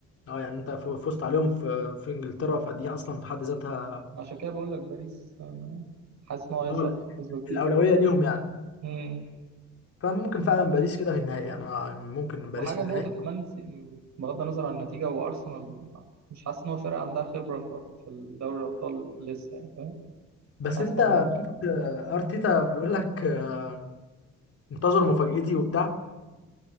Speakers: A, on the left (about 50°); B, on the right (about 65°).
A: اه يعني انت ف- فزت عليهم في في انجلترا فدي اصلا في حد ذاتها
B: عشان كده بقول لك باريس انا حاسس ان هو هيصعد
A: اه لا،
B: يعني بنسبه كبيره
A: الاولويه ليهم يعني
B: امم
A: فممكن فعلا باريس كده في النهائي يعني أنا ممكن باريس
B: وحاجه
A: في النهائي
B: نقطه كمان س- بغض النظر عن النتيجه وارسنال مش حاسس ان هو فرقه عندها خبره في في دوري الابطال لسه يعني فاهم
A: بس
B: حاسس
A: انت
B: ان هم
A: شفت آه، ارتيتا بيقول لك آه، انتظروا مفاجأتي وبتاع